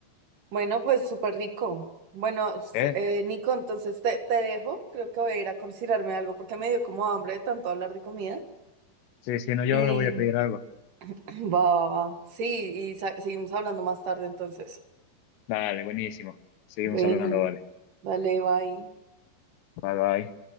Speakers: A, on the right; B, on the left.
A: Bueno, pues súper rico. Bueno, s-
B: Sí,
A: eh, Nico, entonces te, te dejo. Creo que voy a ir a considerarme algo porque me dio como hambre de tanto hablar de comida.
B: sí, sí, no, yo
A: Y
B: ahora voy a pedir algo.
A: <clears throat> va, va, va. Sí, y sa- seguimos hablando más tarde entonces.
B: Dale, buenísimo. Seguimos
A: Bueno,
B: hablando, vale.
A: dale, bye.
B: Bye, bye.